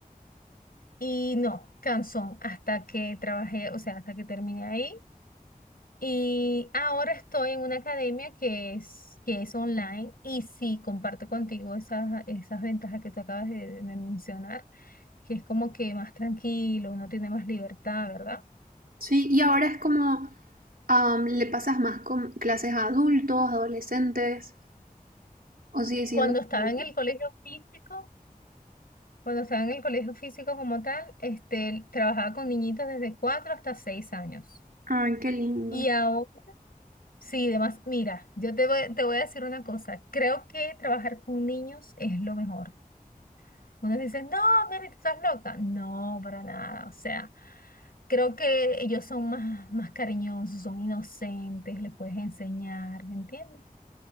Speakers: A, on the left; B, on the right.
A: Y no, Canson, hasta que trabajé, o sea, hasta que terminé ahí. Y ahora estoy en una academia que es, que es online y sí, comparto contigo esas, esas ventajas que tú acabas de, de mencionar, que es como que más tranquilo, uno tiene más libertad, ¿verdad?
B: Sí, y ahora es como, am, le pasas más con clases a adultos, adolescentes, o sigue siendo...
A: Cuando
B: como-
A: estaba en el colegio físico, cuando estaba en el colegio físico como tal, este, trabajaba con niñitos desde 4 hasta 6 años.
B: Ay, qué lindo.
A: Y ahora Sí, además, mira, yo te voy, te voy a decir una cosa. Creo que trabajar con niños es lo mejor. Unos dicen, no, Mary, tú estás loca. No, para nada. O sea, creo que ellos son más, más cariñosos, son inocentes, les puedes enseñar, ¿entiendes?